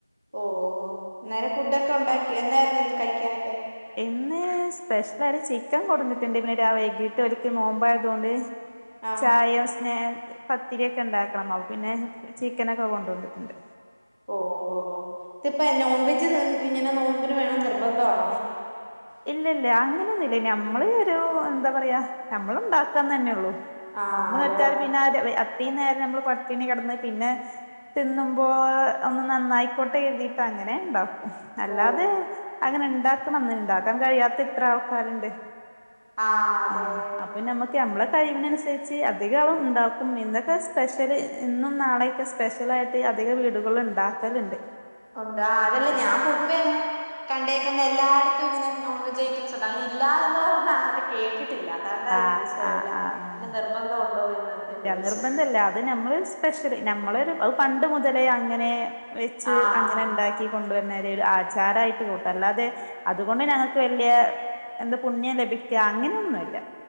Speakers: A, on the right; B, on the left.
A: ഓ അന്നേരം ഫുഡൊക്കെ ഉണ്ടാക്കിയോ എന്തായിരുന്നു ഇന്ന് കഴിക്കാനൊക്കെ
B: ഇന്ന് സ്പെഷ്യലായിട്ട് ചിക്കൻ കൊടുന്നിട്ടുണ്ട് ഇന്ന് വൈകീട്ട് ഇവർക്ക് നോമ്പായതുകൊണ്ട്
A: ആഹ്
B: ചായ പിന്നെ പത്തിരിയൊക്കെ ഉണ്ടാക്കണം അപ്പൊ പിന്നെ ചിക്കനൊക്കെ കൊണ്ടുവന്നിട്ടുണ്ട്
A: ഓ ഓ ഇതിപ്പ നോൺവെജ് ഇങ്ങനെ നോമ്പ്ന് വേണംന്ന് നിർബന്ധണോ
B: ഇല്ല ഇല്ല അങ്ങനെയൊന്നുല്ല നമ്മള് എന്താ പറയാ നമ്മള് ഉണ്ടാക്കാന്ന് തന്നെള്ളൂ
A: ആഹ്
B: നോമ്പ്
A: അല്ല
B: നോറ്റാൽ പിന്നെ ഈ നേരം നമ്മള് പട്ടണി കെടന്ന് പിന്നെ തിന്നുമ്പോ ഒന്ന് നന്നായിക്കോട്ടെ കരിതിയിട്ട് അങ്ങനെ ഉണ്ടാവും അല്ലാതെ
A: ഓ ഓ
B: അങ്ങനെ ഇണ്ടാക്കണംന്ന് ഇണ്ടാക്കാൻ കഴിയാത്ത എത്ര ആൾക്കാരിണ്ട്
A: ആഹ് അതെ
B: ആ
A: അതെ അതെ
B: അപ്പൊ നമ്മക്ക് നമ്മളെ ടൈമിനനുസരിച്ച് അധിക ആളും ഇണ്ടാക്കും ഇന്നൊക്കെ സ്പെഷ്യല് ഇന്നും നാളെയൊക്കെ സ്പെഷ്യലായിട്ട് അധിക വീടുകൾ ഉണ്ടാക്കലുണ്ട്
A: ഉണ്ട് ആ അതല്ലേ
B: ആഹ്
A: ഞാൻ പൊതുവെ അങ്ങനെ കണ്ടേക്കുന്നേ എല്ലായിടത്തും ഇങ്ങനെ നോൺ വെജ് ഐറ്റംസ് ഉണ്ട് അങ്ങനെ ഇല്ല എന്ന് പറഞ്ഞ് ആരും കേട്ട് ട്ടില്ല അതൊണ്ട
B: ആഹ് ആഹ്
A: പിന്നെ
B: ആഹ് ആഹ്
A: നിർബന്ധം ഉണ്ടോ എന്ന് അങ്ങനെ
B: ഇല്ല
A: ചോദിച്ചേ
B: നിർബന്ധല്ല അത് നമ്മള് സ്പെഷ്യല് നമ്മള് ഒരു പണ്ട് മുതലേ അങ്ങനെ വെച്ച്
A: ആഹ്
B: അങ്ങനെ ഇണ്ടാക്കി കൊണ്ടുവരണത് ആചാര ആയിട്ട് കൂട്ട അല്ലാതെ അതുകൊണ്ട് ഞങ്ങക്ക് വല്യ എന്ത് പുണ്യം ലഭിക്ക അങ്ങനെയൊന്നുല്ല